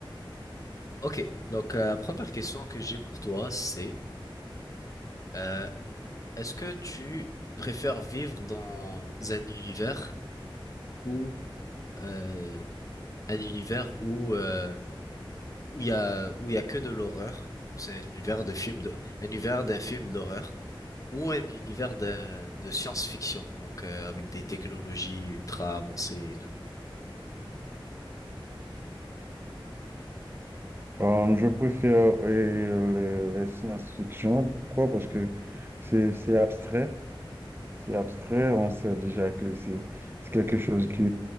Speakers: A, on the left; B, on the right.
A: Ok, donc euh, la première question que j'ai pour toi, c'est euh, est-ce que tu préfères vivre dans un univers où euh, un univers où euh, où il y a où il y a que de l'horreur. Donc c'est un univers de film de un univers d'un film d'horreur ou un univers d'un- de science-fiction. Donc euh, avec des technologies ultra avancées et tout.
B: Euh, je préfère euh, les, les science-fiction. Pourquoi? Parce que c'est c'est abstrait. C'est abstrait. On sait déjà que c'est c'est quelque chose qui,